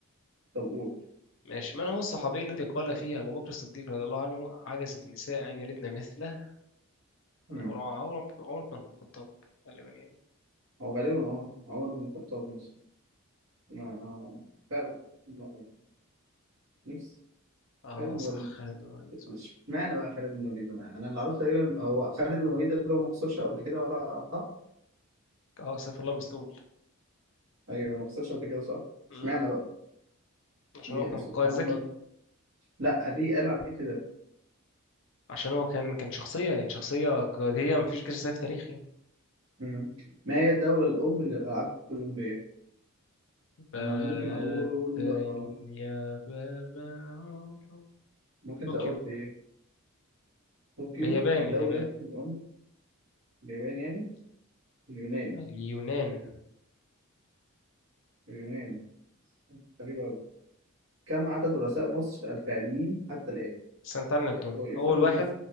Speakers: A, on the right; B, on the left.
A: طب قول
B: ماشي من هو الصحابي الذي قال فيه أبو بكر الصديق رضي الله عنه عجزت النساء أن يلدن مثله
A: مم.
B: انا عمر عمر عمر بن عبد الخطاب غالبا يعني
A: هو غالبا اه عمر بن الخطاب مثلا ما فعلا ما- نفس
B: اه
A: خالد بن الوليد
B: صح خالد بن الوليد صح
A: اشمعنى بقى خالد بن الوليد انا أنا اللي اعرفه تقريبا هو خالد بن الوليد اللي هو ما خسرش قبل كده ولا حط
B: اه سيف الله مسلول
A: ايوه ما خسرش قبل كده صح
B: امم
A: اشمعنى بقى
B: عشان
A: دي
B: هو كان
A: سبحان
B: قائد ذكي
A: الله لا دي قال عليه كده
B: عشان هو كان كان شخصية يعني شخصية قيادية مفيش جيش سيف تاريخي
A: مم. ما هي الدولة الأم للألعاب الأولمبية
B: بات
A: أنا ممكن أقول آه،
B: يا بابا
A: ممكن
B: طوكيو
A: أقول إيه طوكيو
B: بياباني
A: الدولة
B: اليابان
A: الأم اليابان يعني اليونان
B: اليونان
A: اليونان غريبة أوي كم عدد رؤساء مصر الفعليين حتى الآن؟
B: سنة تعالى نعدهم
A: يعني هو إيه الفرق
B: أول واحد
A: بين